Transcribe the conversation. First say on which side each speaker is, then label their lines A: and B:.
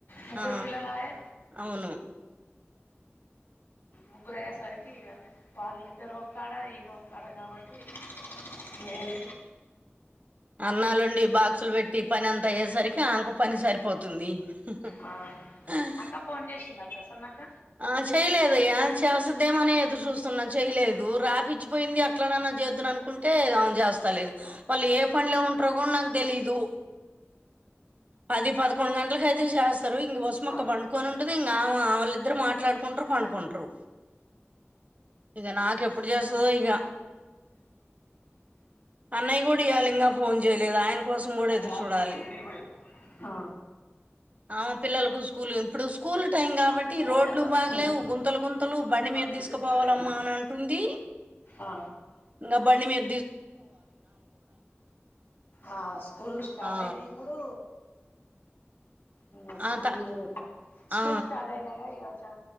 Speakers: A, on the left (about 60°); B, on the right (about 35°).
A: ముగ్గరు
B: ఆ
A: పిల్లలాయే
B: అవును
A: ముగ్గురయ్యేసరికి ఇగ వాళ్ళిద్దరు ఒక్కడా ఈనోక్కాడా గావాట్టి మేల్
B: అన్నాలొండి బాక్సులు పెట్టి పనంత అయ్యేసర్కి ఆంకు పని సరిపోత్ తుంది ఉహు
A: ఆ.
B: ఆ
A: అక్క ఫోన్ చేసిందా ప్రసన్న అక్క
B: ఆ చేయ్ లేదయ్యా చాస్సద్దేమని ఎదుర్ జూస్తున్నా చేయ్ లేదు రాపిచ్చిపోయింది అట్లననా చేదుననుకుంటే ఆవా జస్తాలేదు వాళ్ళు ఏ పన్ లో ఉంట్రో గుడ్ నాక్ దేలీదు పది పదకొండు గంట్ల కైతే చాస్తారు ఉంగ్ వసుమక్క
A: ఆ.
B: బండుకొనుంటాది ఇంగ్ ఆవా వాళ్ళిద్దరు మాట్లాడ్ కుంట్రూ పండుకుంట్రూ ఇగ నాకెప్పుడు జేస్తదో ఇగ అన్నయ్ కూడా ఇయ్యాల్ ఇంగ ఫోన్ జేయలేద్ ఐన్ కోసం గుడ
A: అది
B: ఎదుర్
A: నాలుగు
B: చూడాలి
A: పెట్టు, నీళ్ళు పోయేది. ఆ
B: ఆవా పిల్లలకు స్కూలున్ ఇప్పుడు స్కూల్ టైం గాబట్ ట్టి రోడ్లు
A: అదేనా?
B: బాగలేవు
A: ఉమ్.
B: గుంతలు గుంతలు బండి
A: ప్లాస్టిక్
B: మీద దిస్కపోవాలమ్మా
A: బ్యాగ్.
B: అనంటుంది
A: ఆ.
B: ఇంగ బండ్ మీద్
A: ఆ స్కూలు స్టార్ట్
B: ఆ
A: ఐనాయి ఇప్పుడు ఉంగ స్కూలు
B: అంత
A: స్కూల్
B: ఆ
A: స్టార్ట్ ఐనైగా ఇగ చా